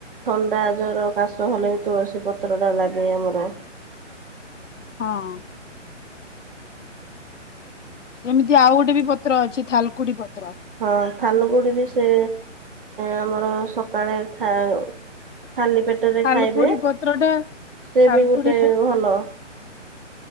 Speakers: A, on the right (about 45°); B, on the left (about 70°).
A: ଥଣ୍ଡା ଜର କାଶ ହେଲେ ବି ତୁଳସୀ ପତ୍ରଟା ଲାଗେ ଆମର।
B: ହଁ। ସେମିତି ଆଉ ଗୋଟେ ବି ପତ୍ର ଅଛି ଥାଲୁକୁଡି ପତ୍ର।
A: ହଁ ଥାଲୁକୁଡ଼ି ବି ସେ ଆମର ସକାଳେ ଖାଲି ପେଟରେ
B: ଥାଲକୁଡି
A: ଖାଇବେ
B: ପତ୍ରଟା
A: ସେ
B: ଥାଲକୁଡି
A: ବି ଗୋଟେ
B: ପ
A: ଭଲ।